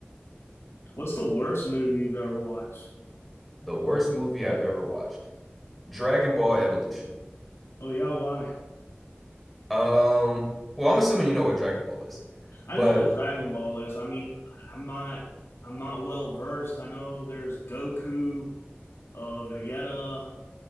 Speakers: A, on the left; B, in the centre.
A: What's the worst movie you've ever watched?
B: The worst movie I've ever watched. Dragon Ball Evolution.
A: Oh yeah, why?
B: Um, well, I'm assuming you know what Dragon Ball is,
A: I
B: but
A: know what Dragon Ball is. I mean, I'm not I'm not well versed. I know there's Goku, uh Vegeta,